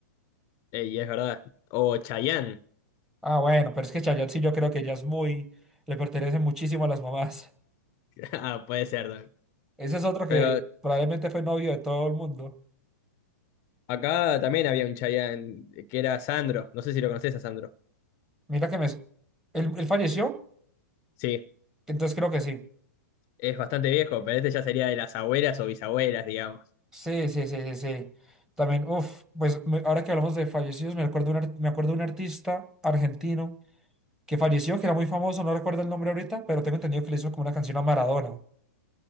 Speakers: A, on the left (about 35°); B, in the centre.
A: Ey, es verdad. O Chayanne. <laughs>
B: Ah, bueno, pero es que Chayanne sí yo creo que ya es muy, le pertenece muchísimo a las mamás.
A: Ah, puede ser también.
B: <laughs> Ese es otro
A: Pero
B: que probablemente fue novio de todo el mundo.
A: acá también había un Chayanne que era Sandro. No sé si lo conoces a Sandro.
B: Mira que me... s- ¿Él, él falleció?
A: Sí,
B: Entonces creo que sí.
A: es bastante viejo, pero este ya sería de las abuelas o bisabuelas, digamos.
B: Sí, sí, sí, sí, sí. También, uff, pues me- ahora que hablamos de fallecidos, me acuerdo un, ar- me acuerdo de un artista argentino que falleció, que era muy famoso, no recuerdo el nombre ahorita, pero tengo entendido que le hizo como una canción a Maradona.